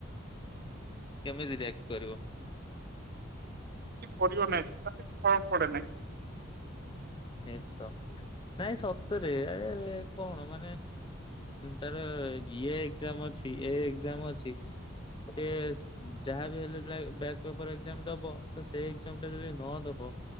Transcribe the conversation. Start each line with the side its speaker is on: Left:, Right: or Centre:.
Left: କେମିତି ରିଆକ୍ଟ କରିବ?
Right: କିଛି କରିବ ନାହିଁ ସେଟ କିଛି ଫରକ୍ ପଡ଼େ ନାହିଁ।
Left: ଏ ସ ନାଇଁ ସତରେ ଆରେ କଣ ମାନେ ତାର ଇଏ ଏକ୍ଜାମ ଅଛି ଏ ଏକଜାମ୍ ଅଛି ସେ ଯାହା ବିି ହେଲେ ବେକ୍ ପେପର ଏକ୍ଜାମ ଦବ ତ ସେଇ ଏକ୍ଜାମ ଟା ଯଦି ନ ଦବ।